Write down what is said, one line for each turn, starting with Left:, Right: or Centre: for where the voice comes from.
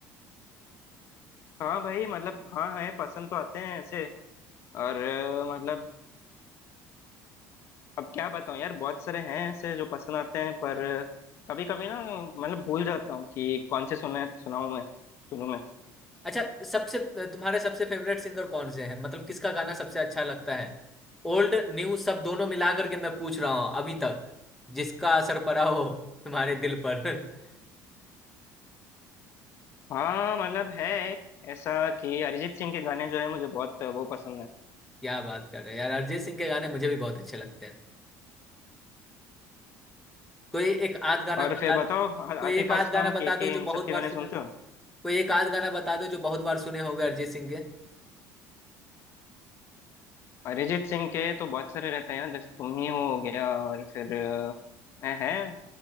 Left: हाँ भाई मतलब हाँ है पसंद तो आते हैं ऐसे और अ, मतलब अब क्या बताऊँ यार बहुत सारे हैं ऐसे जो पसंद आते हैं पर कभी कभी ना मतलब भूल जाता हूँ कि कौन से सुने सुनाऊँ मैं सुनूँ मैं
Centre: अच्छा सबसे तुम्हारे सबसे फेवरेट सिंगर कौन से हैं मतलब किसका गाना सबसे अच्छा लगता है ओल्ड न्यू सब दोनों मिला करके मैं पूछ रहा हूँ अभी तक जिसका असर पड़ा हो तुम्हारे दिल पर <laughs>
Left: हाँ मतलब है एक ऐसा कि अरिजीत सिंह के गाने जो है मुझे बहुत वो पसंद है
Centre: क्या बात कर रहे हो यार अरिजीत सिंह के गाने मुझे भी बहुत अच्छे लगते हैं कोई एक आध गाना
Left: और
Centre: बता
Left: फिर बताओ
Centre: कोई
Left: आ- आतिफ
Centre: एक आध
Left: असलम
Centre: गाना बता
Left: के के
Centre: दो
Left: इन
Centre: जो बहुत
Left: सब के
Centre: बार
Left: गाने
Centre: सुने
Left: सुनते हो
Centre: कोई एक आध गाना बता दो जो बहुत बार सुने होगे अरिजीत सिंह के
Left: अरिजीत सिंह के तो बहुत सारे रहते हैं यार जैसे तुम ही हो हो गया और फिर अ, है, है